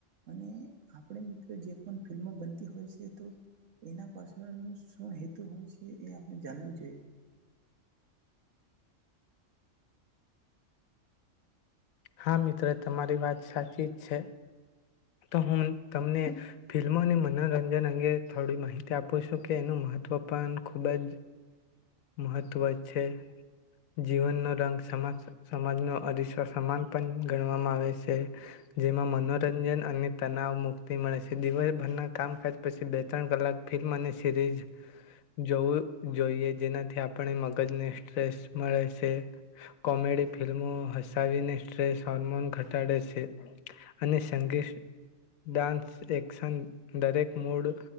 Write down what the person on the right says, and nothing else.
અને આપણે મિત્ર જે પણ ફિલ્મો બનતી હોય છે, તો એના પાછળ નુ શું હેતુ હોય છે, એ આપણે જાણવું જોઈએ.